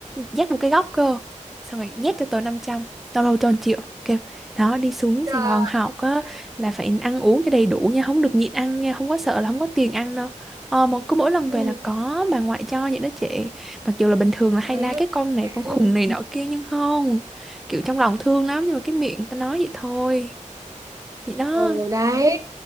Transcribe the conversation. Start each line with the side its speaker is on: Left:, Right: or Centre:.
Centre: Dắt một cái góc cơ Xong rồi nhét cho tớ 500, Tao lâu cho 1 triệu Kêu đó đi xuống
Right: Trời
Centre: Sài Gòn học á
Right: ơi
Centre: Là phải ăn uống cho đầy đủ nha Không được nhịn ăn nha Không có sợ là không có tiền ăn đâu Ờ mà cứ mỗi lần
Right: ừ.
Centre: về là có bà ngoại cho những đứa trẻ Mặc dù là bình thường là hay
Right: quá
Centre: la cái con này
Right: đã
Centre: Con khùng
Right: luôn
Centre: này nọ kia nhưng không Kiểu trong lòng thương lắm Nhưng mà cái miệng ta nói vậy thôi Vậy đó
Right: ừ đấy